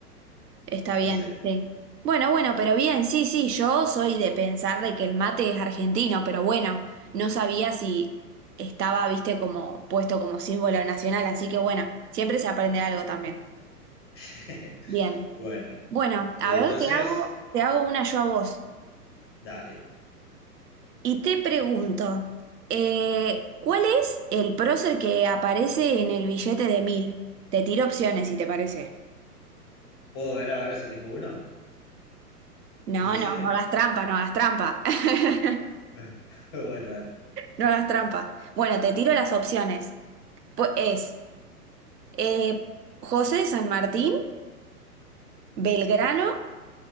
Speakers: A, on the right (about 75°); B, on the left (about 20°).
A: está bien,
B: No sé.
A: sí. Bueno, bueno, pero bien, sí, sí, yo soy de pensar de que el mate es argentino, pero bueno, no sabía si estaba, viste, como puesto como símbolo nacional, así que bueno, siempre se aprende algo también.
B: <laughs>
A: Bien.
B: Bueno,
A: Bueno,
B: entonces,
A: a ver, te hago, te hago una yo a vos.
B: dale.
A: Y te pregunto, eh, ¿cuál es el prócer que aparece en el billete de mil? Te tiro opciones si te parece.
B: ¿Puedo ver ahora si tengo uno?
A: No,
B: ¿Un billete?
A: no, no hagas trampa, no hagas trampa. <laughs>
B: <laughs> Bueno, dale.
A: No hagas trampa. Bueno, te tiro las opciones. Pues es eh, José de San Martín, Belgrano,